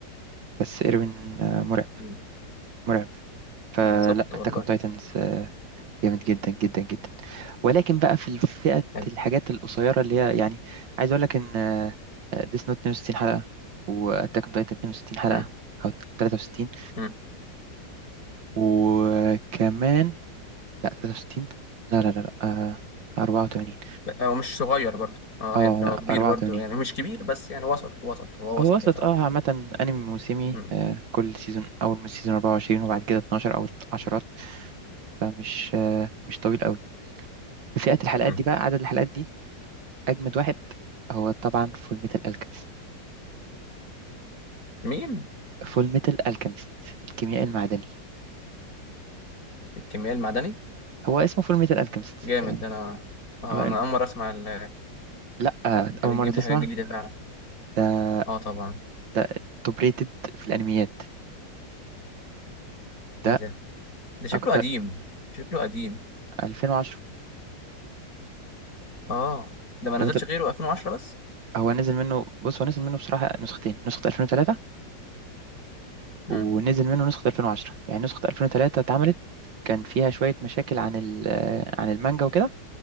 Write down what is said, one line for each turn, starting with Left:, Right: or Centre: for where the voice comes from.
Right: بس إيروين آه، مرعب
Left: مم.
Right: مرعب فلا
Left: بالظبط
Right: أتاك
Left: والله
Right: أون تايتنز جامد جدا جدا جدا ولكن بقى في فئة
Left: حلو
Right: الحاجات القصيرة اللي هي يعني عايز أقول لك إن ديس نوت 62 حلقة وأتاك أون تايتن 62 حلقة
Left: مم.
Right: أو 63
Left: مم.
Right: وكمان لا 63 لا لا لا لا آه، 84
Left: بقى هو مش صغير برضه اه
Right: اه
Left: هي هو
Right: لا
Left: كبير
Right: 84
Left: برضه يعني مش كبير بس يعني وسط وسط هو
Right: هو
Left: وسط
Right: وصلت
Left: يا طبعا
Right: اه عامة أنمي موسمي
Left: مم.
Right: آه كل سيزون أول من سيزون 24 وبعد كده 12 أو 10 فمش آه مش طويل قوي فئة الحلقات
Left: مم.
Right: دي بقى عدد الحلقات دي أجمد واحد هو طبعا فول ميتال ألكيمست
Left: مين
Right: فول ميتال ألكيمست الكيميائي المعدني
Left: الكيمياء المعدني
Right: هو اسمه فول ميتال ألكيمست
Left: جامد
Right: يعني
Left: ده أنا اه
Right: هو ال...
Left: أنا أول مرة أسمع ال...
Right: لأ آه،
Left: أنت
Right: أول
Left: بتجيب
Right: مرة تسمع
Left: لي حاجة جديدة فعلا
Right: ده
Left: اه طبعا
Right: ده توب ريتد في الأنميات
Left: إيه
Right: ده
Left: ده ده شكله
Right: أكتر
Left: قديم شكله قديم
Right: 2010
Left: اه ده ما نزلش
Right: لو أنت
Left: غيره 2010 بس
Right: هو نزل منه بص هو نزل منه بصراحة نسختين نسخة 2003
Left: امم
Right: ونزل منه نسخة 2010 يعني نسخة 2003 اتعملت كان فيها شوية مشاكل عن ال... آه، عن المانجا وكده